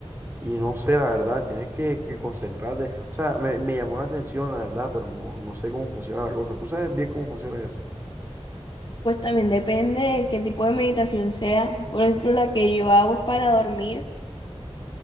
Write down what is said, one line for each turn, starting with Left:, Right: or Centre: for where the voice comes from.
Right: y no sé, la verdad, tienes que, que concentrarte, o sea, me, me llamó la atención, la verdad, pero no, no sé cómo funciona la cosa, ¿tú sabes bien cómo funciona eso?
Left: Pues también depende de qué tipo de meditación sea. Por ejemplo, la que yo hago es para dormir.